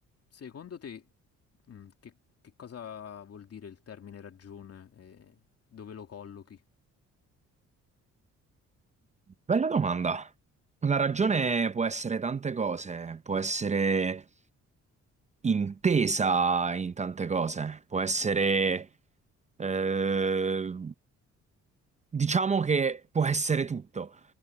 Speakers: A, on the left; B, on the right.
A: Secondo te, mm, che, che cosa vuol dire il termine ragione e dove lo collochi?
B: Bella domanda. La ragione può essere tante cose, può essere intesa in tante cose, può essere, eh, diciamo che può essere tutto.